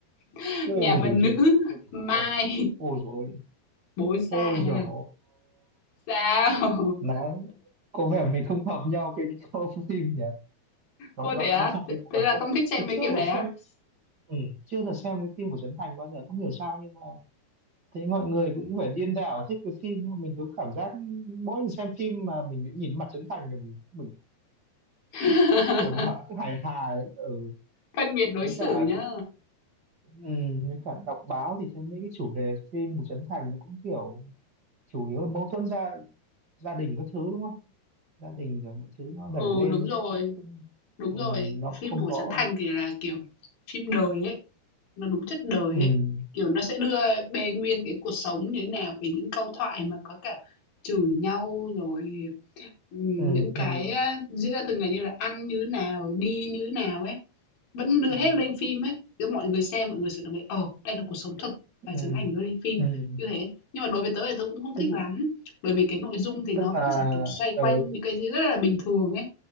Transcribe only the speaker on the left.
<laughs>
Nhà bà
nữ,
Mai,
Bố già
à?
Sao?
Ô
thế á?
Thế
thế
là
không thích xem
mấy
kiểu
đấy á?
<laughs>
Phân biệt đối
xử
nhá.
Ừ,
đúng rồi,
đúng
rồi.
Phim
của
Trấn Thành thì là kiểu phim đời ấy Nó đúng chất đời
ấy, kiểu, nó sẽ đưa bê nguyên cái cuộc sống như thế nào, về những câu thoại mà có cả chửi nhau rồi, ừ,
những cái,
a, diễn ra thường ngày như là ăn như thế nào, đi như thế nào ấy, vẫn đưa
hết lên phim ấy. Kiểu, mọi người xem mọi người sẽ cảm thấy, ờ, đây là cuộc sống thực
và Trấn Thành đưa lên phim,
như thế. Nhưng mà đối với tớ thì tớ cũng không thích
lắm, bởi vì cái nội dung
thì nó vẫn
chỉ, kiểu, xoay quanh
những cái gì rất là bình thường ấy,